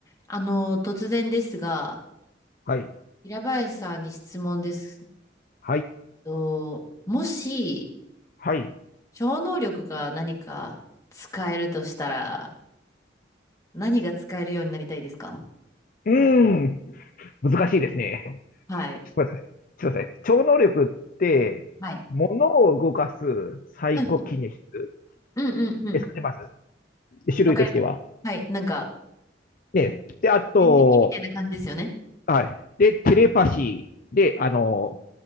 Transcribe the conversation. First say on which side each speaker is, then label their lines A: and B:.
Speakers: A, on the left (about 20°); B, on the left (about 45°).
A: あの、突然ですが、
B: はい。
A: 平林さんに質問です
B: はい。
A: と、もし、
B: はい。
A: 超能力が何か使えるとしたら、何が使えるようになりたいですか
B: うーん。難しいですね。
A: はい。
B: <laughs> ちょっと待ってください。ちょっと待ってください超能力って、
A: はい。
B: 物を動かすサイコキネシス
A: うん、うん、うん、うん。
B: ですかね、まず。種類としては。
A: わかります。はい。なんか、
B: ね。で、あと、
A: 遍歴みたいな感じですよね。
B: はい。で、テレパシーで、あの、